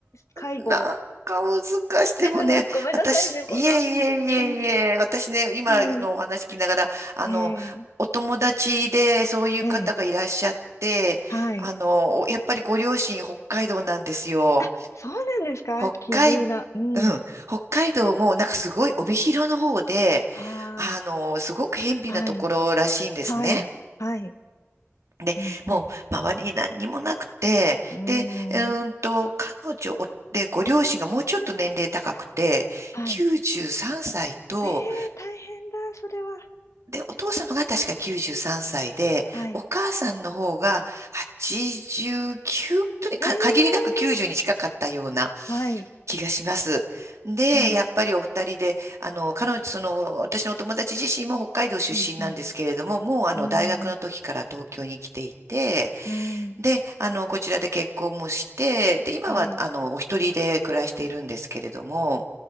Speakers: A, on the left (about 80°); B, on the right (about 75°).
A: 介護。
B: ー、なんか難しい。でもね、
A: <laughs> ごめんなさいね、
B: 私、
A: こんな。
B: いえいえいえいえ、
A: うん、
B: 私ね、今のお話聞きながら、
A: はい。
B: あの、
A: ええ
B: お友達でそういう方がいらっしゃって、
A: ええはい。
B: あの、おやっぱりご両親北海道なんですよ。
A: あ、そうなんですか奇遇な。
B: 北海、
A: うん。
B: うん、北海道もなんかすごい帯広の方で、
A: あ
B: あの、すごく辺鄙なところらしいんですね。
A: あ、はい。はい。はい。
B: で、
A: うん、う
B: もう周りに何にもなくて、
A: ん。
B: で、うーんと、
A: うーん。
B: 彼女で、ご両親がもうちょっと年齢高くて、
A: はい。
B: 93歳と、
A: ええ大変だ、それは。
B: で、お父様が確か93歳で、
A: はい。
B: お母さんの方が89、とにかく限りなく90に近かったような
A: ええはい。
B: 気がします。で、
A: はい。
B: やっぱりお二人で、あの、彼女、その、私のお友達自身も北海道出身なんですけれども、
A: うん、う
B: もうあの、
A: ん、
B: 大学の時から東京に来ていて、
A: うん、うん、
B: で、あの、こちらで結婚もして、で、今は、
A: はい。
B: あの、お一人で暮らしているんですけれども、